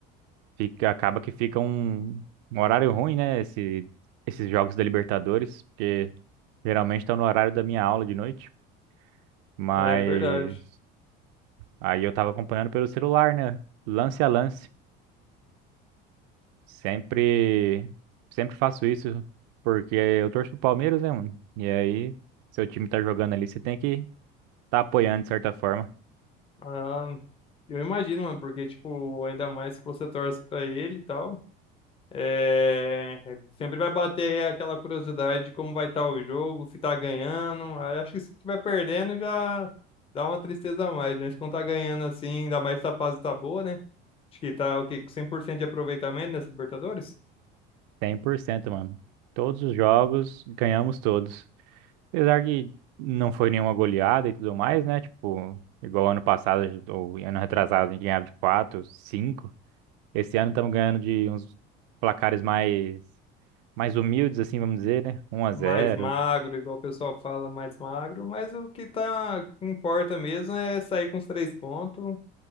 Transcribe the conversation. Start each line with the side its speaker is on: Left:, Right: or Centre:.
Right: Fica, acaba que fica um, um horário ruim, né? Esse, esses jogos da Libertadores, porque geralmente estão no horário da minha aula de noite. Mas
Left: É verdade.
Right: aí eu tava acompanhando pelo celular, né? Lance a lance. Sempre, sempre faço isso porque eu torço pro Palmeiras, né, mano? E aí, seu time tá jogando ali, você tem que tá apoiando de certa forma.
Left: Ah, eu imagino, mano, porque, tipo, ainda mais que você torce pra ele e tal, é... é, sempre vai bater aquela curiosidade de como vai estar o jogo, se tá ganhando. Aí acho que se tiver perdendo já dá uma tristeza a mais, né? Mas Quando tá ganhando assim, ainda mais se a fase tá boa, né? Acho que tá, o quê? Com 100% de aproveitamento nessa Libertadores?
Right: cem por cento mano. Todos os jogos, ganhamos todos. Apesar que não foi nenhuma goleada e tudo mais, né? Tipo, igual ano passado ou ano retrasado, a gente ganhava de 4 cinco Esse ano estamos ganhando de uns placares mais mais humildes, assim, vamos dizer, né? um a
Left: Mais
Right: zero.
Left: magro, igual o pessoal fala, mais magro. Mas o que tá, que importa mesmo é sair com os três pontos.